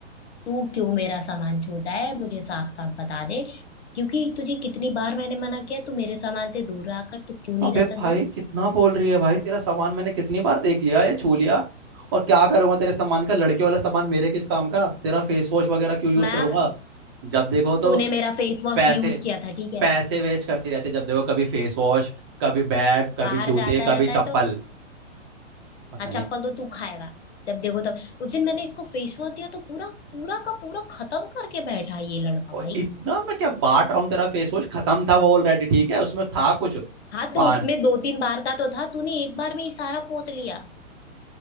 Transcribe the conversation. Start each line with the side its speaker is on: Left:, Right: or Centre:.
Left: तू क्यों मेरा सामान छूता है मुझे साफ साफ बता दे क्योंकि तुझे कितनी बार मैंने मना किया तू मेरे सामान से दूर रहा कर तू क्यों नहीं
Right: अबे
Left: रहता
Right: भाई
Left: दूर
Right: कितना बोल रही है भाई तेरा सामान मैंने कितनी बार देख लिया या छू लिया और क्या करूंगा तेरे सामान का लड़के वाला सामान मेरे किस काम का तेरा फेस वॉश वगैरह क्यों यूज
Left: मैं
Right: करूंगा जब देखो तो
Left: तूने मेरा फेस वॉश
Right: पैसे
Left: यूज किया था ठीक
Right: पैसे
Left: है
Right: वेस्ट करती रहती है जब देखो कभी फेस वॉश कभी बैग कभी
Left: बाहर
Right: जूते
Left: जाता
Right: कभी
Left: रहता है
Right: चप्पल
Left: तो
Right: पता
Left: हाँ
Right: नहीं
Left: चप्पल तो तू खाएगा जब देखो तब उस दिन मैंने इसको फेस वॉश दिया तो पूरा पूरा का पूरा खत्म करके बैठा ये लड़का
Right: और
Left: भाई
Right: इतना मैं क्या बांट रहा हूँ तेरा फेस वॉश खत्म था वो ऑलरेडी ठीक है उसमें था कुछ
Left: हाँ
Right: पा
Left: तो उसमें दो तीन बार का तो था तूने एक बार में ही सारा पोत लिया